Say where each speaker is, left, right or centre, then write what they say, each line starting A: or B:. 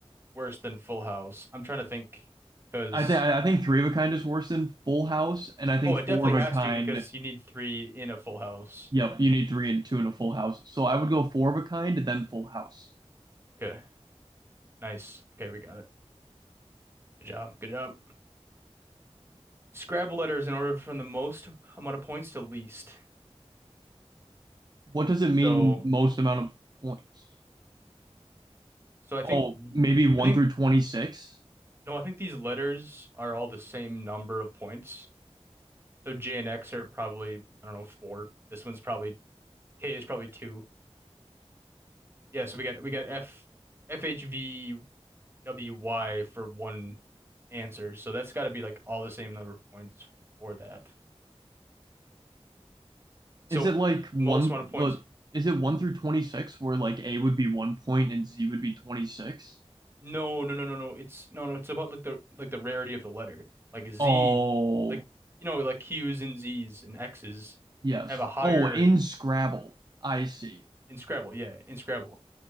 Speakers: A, on the right; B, on the right.
A: worse than Full House? I'm trying to think because
B: I think I I think three of a kind is worse than full house, and I think
A: oh,
B: four
A: it definitely
B: of a
A: has
B: kind.
A: to because you need three in a Full House.
B: Yep, you need three and two in a full house. So I would go four of a kind, then full house.
A: Okay, nice. Okay, we got it. Good job. Good job. Scrabble letters in order from the most amount of points to least.
B: What does it
A: So,
B: mean most amount of points?
A: so I think,
B: Oh, maybe one
A: I think
B: through 26?
A: no, I think these letters are all the same number of points. So J and X are probably I don't know four. This one's probably K is probably two. Yeah, so we got we got F, F H V. WY for one answer. So that's got to be like all the same number of points for that. So
B: Is it like one,
A: most amount of points.
B: uh, is it one through 26 where like A would be one point and Z would be 26?
A: No, no, no, no, no. It's no, no. It's about like the like the rarity of the letter. Like Z,
B: Oh,
A: like you know, like Q's and Z's and X's
B: yes.
A: have a higher
B: Oh, in Scrabble. I see.
A: in Scrabble. Yeah, in Scrabble.